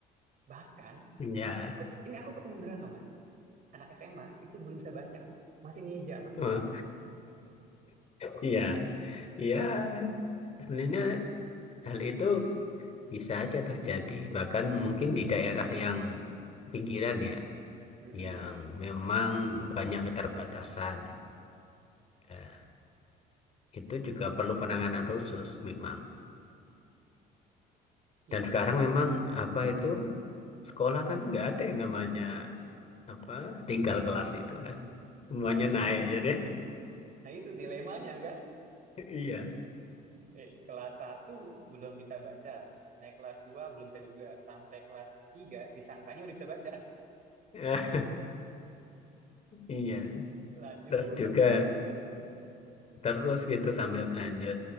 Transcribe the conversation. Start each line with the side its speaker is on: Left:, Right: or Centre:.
Right: Bahkan
Left: Ya,
Right: aku ket- ini aku ketemu beneran loh Mas. anak SMA itu belum bisa baca masih ngeja mas
Left: Eh,
Right: bacanya
Left: ya, ya. Sebenarnya hal itu bisa aja terjadi. Bahkan mungkin di daerah yang pinggiran ya,
Right: Mm-mm.
Left: yang memang banyak keterbatasan. Nah, itu juga perlu penanganan khusus memang.
Right: Iya,
Left: Dan
Right: iya.
Left: sekarang memang apa itu sekolah kan nggak ada yang namanya apa tinggal kelas itu kan. Semuanya
Right: Nah itu,
Left: naik jadi
Right: nah itu dilemanya kan.
Left: <laughs> iya.
Right: Eh, kelas satu belum bisa baca, naik kelas 2 belum bisa juga, sampai kelas 3 disangkanya udah bisa baca.
Left: Ya, Iya,
Right: Lanjut
Left: terus juga
Right: sampai SMP.
Left: terus gitu sambil berlanjut.